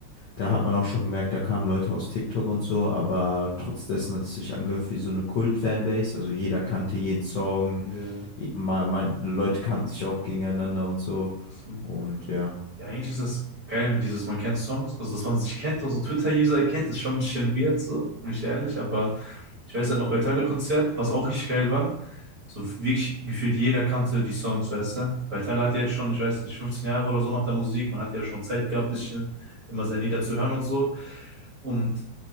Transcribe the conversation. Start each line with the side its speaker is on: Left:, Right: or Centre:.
Left: da hat man auch schon gemerkt, da kamen Leute aus TikTok und so, aber trotz dessen hat es sich angehört wie so eine Kult-Fanbase. Also jeder kannte jeden Song,
Right: Mhm.
Left: je- man, man, Leute kannten sich auch gegeneinander und so.
Right: Ja.
Left: Und ja.
Right: Ja, eigentlich ist das geil mit dieses, man kennt Songs, also dass man sich kennt also Twitter-User kennt ist schon ein bisschen weird, so, bin ich ehrlich, aber ich weiß halt noch bei Tyler-Konzert, was auch richtig geil war, so wirklich gefühlt jeder kannte die Songs, weißt du, weil Tyler hat ja jetzt schon, ich weiß nicht, 15 Jahre oder so macht er Musik, man hat ja schon Zeit gehabt, bisschen immer seine Lieder zu hören und so und